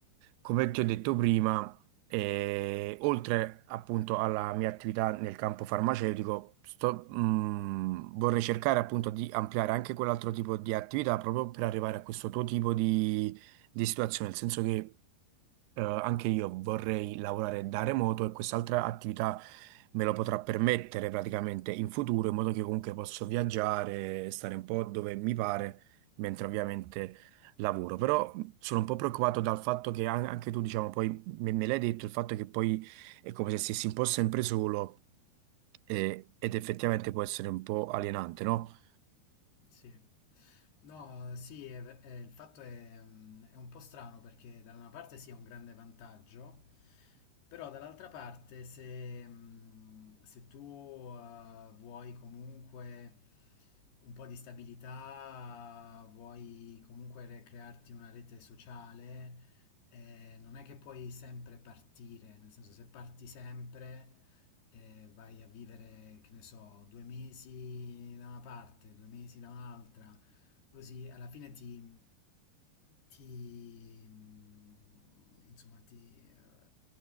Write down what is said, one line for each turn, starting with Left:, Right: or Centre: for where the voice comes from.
Right: come ti ho detto prima, e oltre appunto alla mia attività nel campo farmaceutico, sto- mh, vorrei cercare appunto di ampliare anche quell'altro tipo di attività proprio per arrivare a questo tuo tipo di, di situazione, nel senso che eh, anche io vorrei lavorare da remoto e quest'altra attività me lo potrà permettere praticamente in futuro, in modo che comunque posso viaggiare e stare un po' dove mi pare, mentre ovviamente lavoro. Però sono un po' preoccupato dal fatto che an- anche tu, diciamo, poi Me, me l'hai detto il fatto che poi è come se stessi un po' sempre solo eh, ed effettivamente può essere un po' alienante, no?
Left: Sì. No, sì, è ver- è- il fatto è, mm, è un po' strano perché da una parte sì è un grande vantaggio, però dall'altra parte se, mm, se tu eh, vuoi comunque un po' di stabilità, vuoi comunque re- crearti una rete sociale, eh, non è che puoi sempre partire, nel senso se parti sempre eh, vai a vivere, che ne so, due mesi da una parte, due mesi da un'altra, così alla fine ti, ti mm, insomma, ti eh,